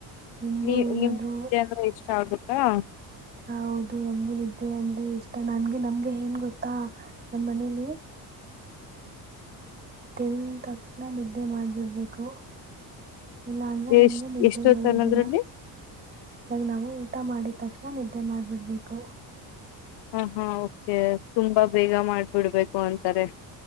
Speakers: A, on the right; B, on the left.
A: ನಿಮ್ಗೂ
B: ನೀ
A: ಏನಾದ್ರು
B: ನಿಮ್ ನಿದ್ದೆ ಅಂದ್ರೆ ಇಷ್ಟ ಆಗ್ಬೇಕು ಹಾ.
A: ಹೌದು ನಮಗೂ ನಿದ್ದೆ ಅಂದ್ರೆ ಇಷ್ಟ ನನ್ಗೆ ನಮ್ಗೆ ಏನ್ ಗೊತ್ತಾ ನಮ್ ಮನೇಲಿ. ತಿಂದ್ ತಕ್ಷಣ ನಿದ್ದೆ ಮಾಡ್ಬಿಡ್ಬೇಕು ಇಲ್ಲಾ ಅಂದ್ರೆ ನಮ್ಗೆ
B: ಎಷ್ಟ್
A: ನಿದ್ದೆ
B: ಎಷ್ಟೊತ್
A: ಬರೋದಿಲ್ಲ
B: ಅನ್ನೋದ್ರಲ್ಲಿ
A: ಇವಾಗ ನಾವು ಊಟ ಮಾಡಿದ ತಕ್ಷಣ ನಿದ್ದೆ ಮಾಡ್ಬಿಡ್ಬೇಕು
B: ಹ ಹಾ ಕೆ ತುಂಬಾ ಬೇಗ ಮಾಡಬಿಡ್ಬೇಕು ಅಂತಾರೆ